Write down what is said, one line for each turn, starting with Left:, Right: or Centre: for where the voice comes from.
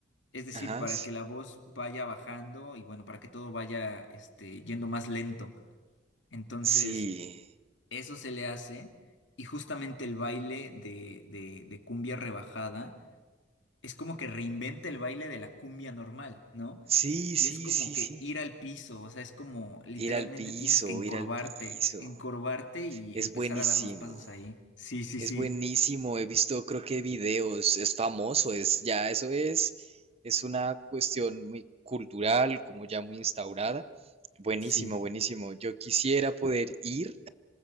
Left: Es decir,
Right: Ajá,
Left: para
Right: sí.
Left: que la voz vaya bajando y bueno, para que todo vaya este, yendo más lento. Entonces.
Right: Sí.
Left: Eso se le hace y justamente el baile de, de, de cumbia rebajada es como que reinventa el baile de la cumbia normal, ¿no?
Right: Sí,
Left: Y
Right: sí,
Left: es como
Right: sí,
Left: que
Right: sí.
Left: ir al piso, o sea, es como literalmente
Right: Ir al piso,
Left: tienes que encorvarte,
Right: ir al piso.
Left: encorvarte y
Right: Es
Left: empezar
Right: buenísimo.
Left: a dar los pasos ahí. Sí, sí,
Right: Es
Left: sí,
Right: buenísimo. He visto, creo que videos. Es famoso. Es ya, eso es. Es una cuestión muy cultural, como ya muy instaurada. Buenísimo,
Left: sí.
Right: buenísimo. Yo quisiera poder ir